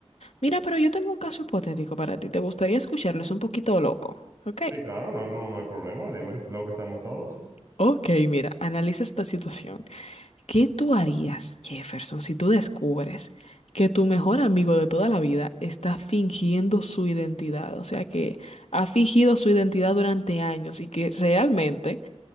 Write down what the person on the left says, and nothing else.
Mira, pero yo tengo un caso hipotético para ti. ¿Te gustaría escucharlo? Es un poquito loco. Ok.
Ok, mira, analiza esta situación. ¿Qué tú harías, Jefferson, si tú descubres que tu mejor amigo de toda la vida está fingiendo su identidad? O sea, que ha fingido su identidad durante años y que realmente